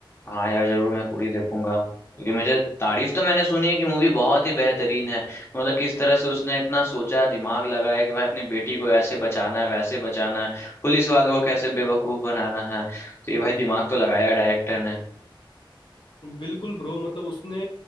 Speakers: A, on the left; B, on the left.
A: हाँ यार जरूर मैं पूरी देखूंगा क्योंकि मुझे तारीफ तो मैंने सुनी है कि मूवी बहुत ही बेहतरीन है मतलब किस तरह से उसने इतना सोचा दिमाग लगाया कि भाई अपनी बेटी को ऐसे बचाना है वैसे बचाना है पुलिस वालों को कैसे बेवकूफ बनाना है तो ये भाई दिमाग तो लगाया है डायरेक्टर ने
B: बिल्कुल ब्रो मतलब उसने